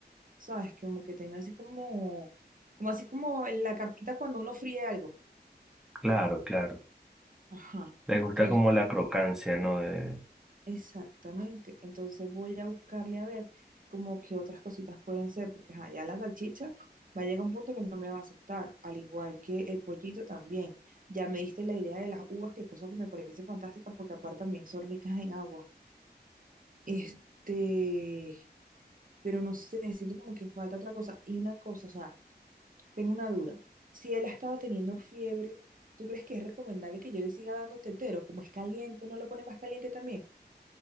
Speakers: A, on the right; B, in the centre.
A: ¿sabes? Como que tenga así como, como así como en la capita cuando uno fríe algo.
B: Claro, claro.
A: Ajá.
B: Les gusta
A: Entonces,
B: como la crocancia, ¿no? De-
A: exactamente. Entonces voy a buscarle a ver como que otras cositas pueden ser, porque ajá, ya la salchicha va a llegar a un punto que no me va a aceptar, al igual que el pollito también. Ya me diste la idea de las uvas, que cosa que me parece fantástica, porque aparte también son ricas en agua. Este, pero no sé, siento como que falta otra cosa. Y una cosa, o sea. Tengo una duda. Si él ha estado teniendo fiebre, ¿tú crees que es recomendable que yo le siga dando tetero? Como es caliente, ¿no lo pone más caliente también?